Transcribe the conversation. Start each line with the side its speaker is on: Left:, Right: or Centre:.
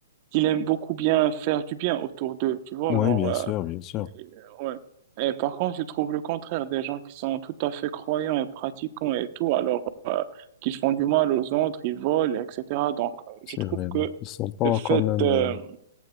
Right: qu'ils aiment beaucoup bien faire du bien autour d'eux, tu vois,
Left: oui,
Right: genre,
Left: bien
Right: euh,
Left: sûr, bien sûr.
Right: euh, ouais. Et par contre, tu trouves le contraire, des gens qui sont tout à fait croyants et pratiquants et tout, alors qu'ils font du mal aux autres, ils volent, etc. Donc, euh,
Left: C'est
Right: je trouve
Left: vrai,
Right: que
Left: donc ils sont pas
Right: le fait,
Left: quand même.
Right: euh,
Left: euh,